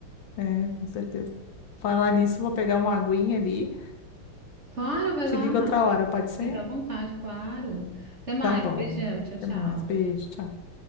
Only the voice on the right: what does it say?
Claro, vai
lá.
Fica à vontade, claro. Até mais.
Beijão. Tchau,
tchau.